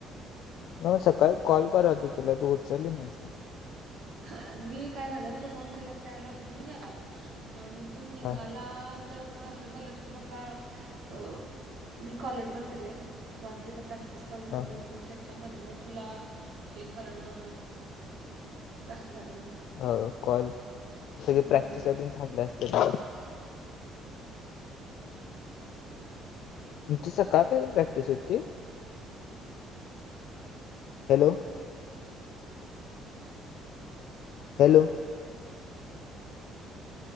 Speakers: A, on the left; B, on the right.
A: म सकाळी कॉल करात होतं तुला तू उचलिस नाहीस ना.
B: हा मी काय झालं तु फोन केलास त्या वेळेला होतो मी घरात आणि तू निघाला
A: हा
B: तर मग असं झालं की बाबा अ मी कॉलेज वर गेलेय सो आणि तिथं प्रॅक्ट दिसाल
A: हा
B: झाली
A: हा
B: मग त्याच्यामधनं तुला हे करणं तसं झालं गं.
A: हो कॉल सगळे
B: हम्म.
A: प्रॅक्टिसा देऊन थांबले असते. <unintelligible> तुमची सकाळ पर्यंत प्रॅक्टिस होती? Hello. Hello.